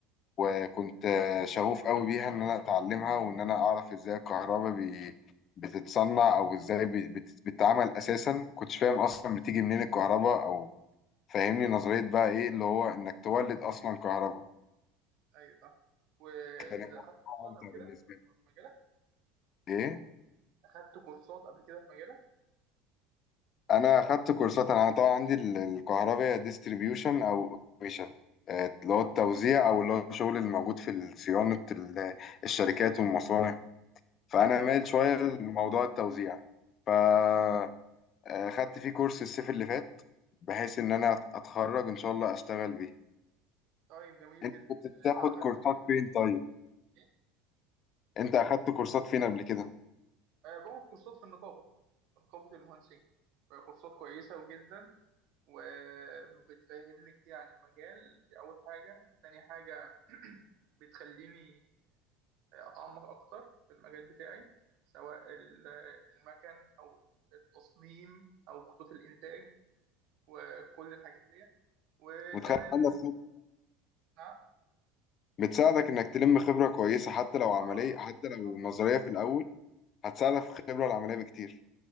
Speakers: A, on the left; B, on the right.
A: وكنت آه، شغوف قوي بيها إن أنا أتعلمها وإن أنا أعرف إزاي الكهربا بي بتتصنع أو إزاي بي- بت- بتتعمل أساسا كنتش فاهم أصلا بتيجي منين الكهربا أو فاهمني نظرية بقى إيه اللي هو إنك تولد أصلا كهربا
B: ايوه صح واخدت
A: كان الموضوع
B: كورسات
A: ممتع
B: قبل كده
A: بالنسبه
B: في الم-
A: لي
B: في مجالك
A: ايه
B: اخدت كورسات قبل كده في مجالك
A: انا اخدت كورسات انا طبعا عندي ال- الكهرباء ديستريبيوشن او اوبريشن اللي هو التوزيع
B: مم.
A: او اللي هو الشغل اللي موجود في صيانه ال- الشركات والمصانع فانا
B: بالظبط
A: مايل شويه لموضوع التوزيع فاخدت
B: مم.
A: فيه كورس الصيف اللي فات بحيث ان انا اتخرج ان شاء الله اشتغل بيه
B: طيب جميل
A: انت
B: جدا
A: كنت
B: آه،
A: بتاخد
B: ساعدك
A: كورسات
B: آه،
A: فين طيب
B: ايه؟
A: انت اخدت كورسات فين قبل كده
B: آه، باخد كورسات في النقابه في نقابه المهندسين كورسات كويسه جدا وبتفهمني كتير عن المجال دي أول حاجة تاني حاجة <clears throat> بتخليني آه، أتعمق أكتر في المجال بتاعي سواء ال- المكن أو التصميم أو خطوط الإنتاج وكل الحاجات دي وكمان
A: متخيل انا
B: نعم
A: بتساعدك انك تلم خبره كويسه حتى لو
B: اه
A: عمليه
B: طبعا
A: حتى لو
B: طبعا
A: نظريه
B: طبعا
A: في الاول هتساعدك في الخبره العمليه بكتير